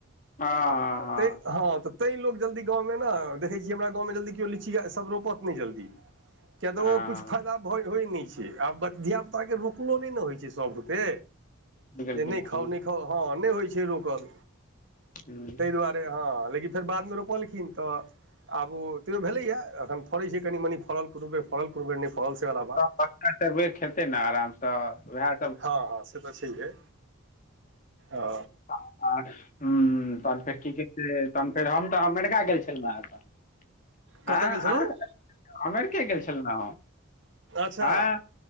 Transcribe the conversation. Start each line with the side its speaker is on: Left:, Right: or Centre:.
Left: हँ हँ
Right: तैय हं त। तैं लोक जल्दी गाँवमे न देखै छीय हमरा गाँवमे जल्दी केओ लीची सब रोपत नहि जल्दी। किया
Left: हँ
Right: तऽ ओ किछु
Left: हँ
Right: फायदा होइ नहि छैय आब बच धियापुताके रोकलो नहि न होइ छैय सभ बुते।
Left: बिलकुल
Right: जे नहि
Left: बिलकुल
Right: खाउ नहि खाउ हँ नहि होइ छैय रोकल
Left: हूँ
Right: तहि दुआरे। से हँ लेकिन फेर बादमे रोपलखिन तऽ। आब ओ तैयो भेलैए एखन फड़ै छैय कनि-मनि फड़ल कुनुबेर फड़ल कुनुबेर नय फड़ल से बला बात।
Left: बच्चा सब खेतै न आराम स वैह।
Right: हँ हँ से तऽ छैहे आ।
Left: ह आर हम्म तहन फेर की की कहै, तहन फेर हम तऽ अमेरिका गेल छलु हें अखन।
Right: कतय
Left: हां
Right: गेल
Left: अहाँ
Right: छलहुँ
Left: कता अमेरिके गेल छलु ना
Right: अच्छा
Left: हां।